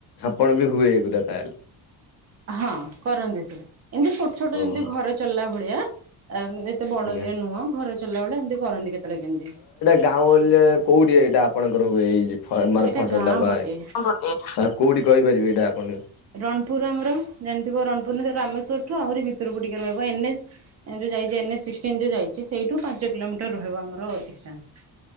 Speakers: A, on the left; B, on the right.
A: ଆପଣ ବି ହୁଏ ଏଗୁରା ତାହେଲେ।
B: ହଁ କରନ୍ତି ସବୁ, ଏମିତି ଛୋଟ ଛୋଟ ଯେମିତି
A: ଓହୋ
B: ଘର ଚଳିଲା ଭଳିଆ ଏତେ ବଡ
A: ଆଜ୍ଞା।
B: ଇଏ ନୁହଁ ଘର ଚଳିଲା ଭଳିଆ ଏମତି କରନ୍ତି ତେବେଳେ କେମିତି।
A: ଗାଁଉଁଲି ରେ କଉଠି ଏଇଟା ଆପଣଙ୍କର ହୁଏ ଏଇ ଯେ ଆର
B: ଏଇଟା
A: ଫସଲ
B: ଗାଁ
A: ଲବା
B: ପଟେ
A: କୋଉଠି କହିପାରିବେ ଏଇଟା ଆପଣଙ୍କୁ?
B: ରଣପୁର ଆମର ଜାଣିଥିବ ରଣପୁର ନା ରାମେସ୍ୱରଠୁ ଆହୁରି ଭିତରକୁ ଟିକେ ରହିବ ଏନଏଚ। ଯେଉଁ ଯାଇଛି ଏନ୍ଏସ୍ ସିକସଟିନ୍ ଯେଉଁ ଯାଇଛି ସେଇଠୁ ପାଞ୍ଚ କିଲୋମିଟର ରହିବ ଆମର ଡିଷ୍ଟାନ୍ସ।